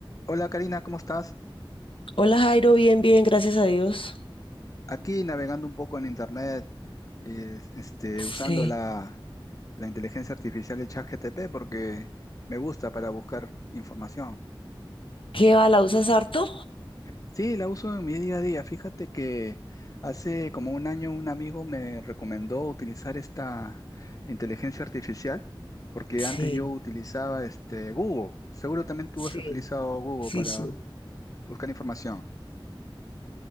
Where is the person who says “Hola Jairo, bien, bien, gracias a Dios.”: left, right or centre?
Left